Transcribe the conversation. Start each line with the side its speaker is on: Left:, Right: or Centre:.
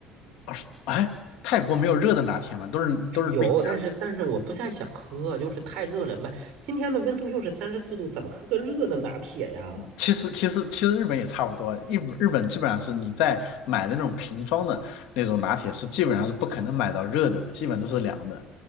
Left: 啊是哎，泰国没有热的拿铁嘛，都是都是冰的。
Right: 有，但是但是我不太想喝，就是太热了。温今天的温度又是三十四度，怎么喝个热的拿铁呀？
Left: 其实其实其实日本也差不多，日本日本基本上是你在买那种瓶装的那种拿铁是基本上是不可能买到热的的，基本都是凉的、